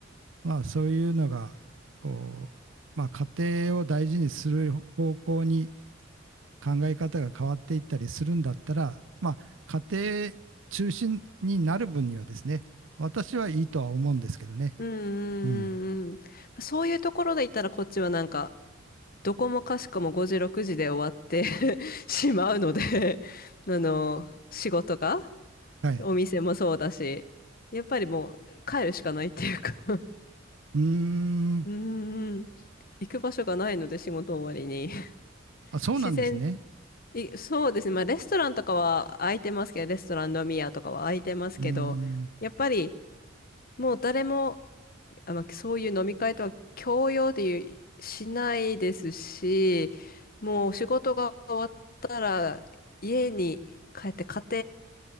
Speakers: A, on the right; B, on the left.
A: まあそういうのがこう、まあ、家庭を大事にする方向に考え方が変わっていったりするんだったら、まあ、家庭中心になる分にはですね私はいいとは思うんですけどね。
B: うん、うん、
A: うん。
B: うんうんうん。そういうところで言ったらこっちはなんか、どこもかしこも5時、6時で終わって <laughs> しまうのであの、仕事が、
A: はい。
B: お店もそうだし、やっぱりもう帰るしかないっていうか <laughs>
A: うーん。
B: うんうん。行く場所がないので仕事終わりに。
A: あ、そうなんですね。
B: 自然、いそうですね。まあレストランとかは空いてますけど、レストラン飲み屋とかは空いてますけど、
A: うーん。
B: やっぱりもう誰もあの、そういう飲み会とは強要でいうしないですし、もう仕事が終わったら家に帰って家